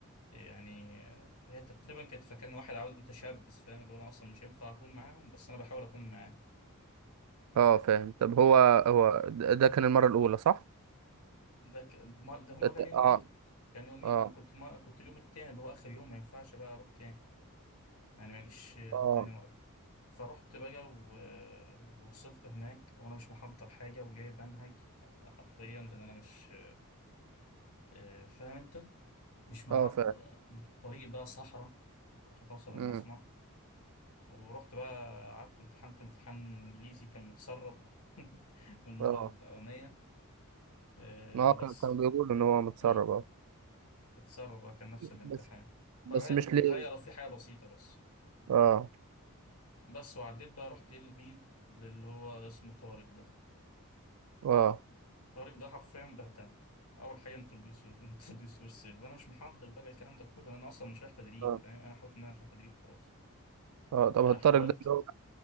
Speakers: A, on the left; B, on the right.
A: يعني آه، هي تقريبا كانت فاكراني واحد عاوز متشبث فاهم اللي هو انا اصلا مش هينفع اكون معاهم بس انا بحاول اكون معاهم
B: اه فاهم طب هو هو ده ده كان المرة الأولى صح؟
A: ده ك... ما- ده هما
B: ات-
A: كان يومين
B: اه
A: كان يومين
B: اه
A: انا كنت ما... كنت اليوم التاني اللي هو اخر يوم ما ينفعش بقى اروح تاني يعني معلش آه،
B: اه
A: تاني مرة فرحت بقى و... ووصلت هناك وانا مش محضر حاجة وجاي بنهج آه، حرفيا لان انا مش آه، فاهم انت مش محضر
B: اه فاهم
A: الطريق بقى صحراء عشان توصل المصنع
B: مم.
A: ورحت بقى قعدت امتحنت امتحان انجليزي كان متسرب <laughs> من المرة
B: اه
A: الأولانية آه،
B: ما هو
A: بس
B: كان كان بيقول إن هو متسرب
A: مم.
B: اه
A: اتسرب اه كان نفس الامتحان
B: بس بس
A: فغير
B: مش
A: في
B: ليه
A: غيروا فيه حاجة بسيطة بس
B: اه
A: بس وعديت بقى رحت لمين للي هو اسمه طارق ده
B: اه
A: طارق ده حرفيا بهدلني أول حاجة introduce your- introduce yourself وأنا مش محضر بقى الكلام ده كله أنا أصلا مش رايح تدريب
B: اه
A: فاهم أنا حاطط إن أنا مش رايح تدريب خلاص
B: اه طب
A: آه،
B: هو الطارق
A: حاولت
B: ده اللي هو